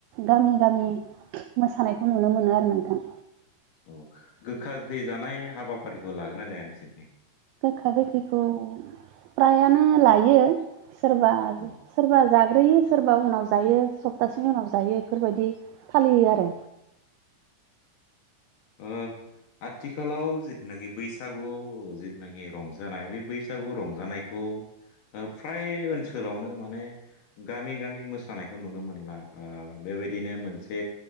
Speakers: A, on the right; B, on the left.
A: गामि गामि
B: उम
A: मोसानायखौ नुनो मोनो आरो नोंथां।
B: औ गोखा गोखै जानाय हाबाफारिखौ लागोन ना लाया नोंसोरनिथिं?
A: गोखा गोखैखौ फ्रायानो लायो। सोरबा
B: औ
A: सोरबा जाग ग्रोयो सोरबा उनाव जायो सप्तासेनि उनाव जायो बेफोरबायदि फालियो आरो।
B: ओ आथिखालाव जिथुनाखि बैसागु जिथुनाखि रंजानाय बे बैसागु रंजानायखौ औ। ओ फ्राय ओनसोलावनो माने गामि गामि मोसानायखौ नुनो मोनला ओ बे बेबायदिनो मोनसे